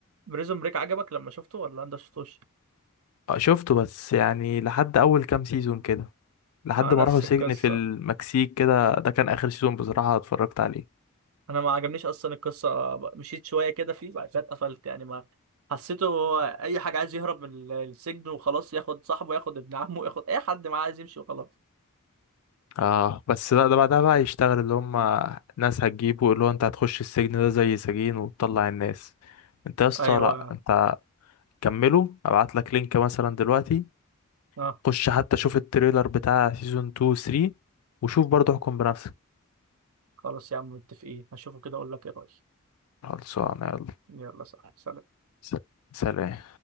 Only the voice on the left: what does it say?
آه، شفته بس يعني لحد اول كام سيزون كده لحد
ما
راحوا سجن
في المكسيك كده ده كان اخر سيزون بصراحة اتفرجت عليه
اه بس لا ده بعدها بقى يشتغل اللي هم ناس هتجيبه اللي هو انت هتخش السجن ده زي سجين وتطلع الناس انت يا اسطى
لا انت كمله ابعت لك لينك مثلا دلوقتي
خش حتى شوف التريلر بتاع سيزون 2 و 3 وشوف برضه احكم بنفسك
خلصانه يلا
س- سلام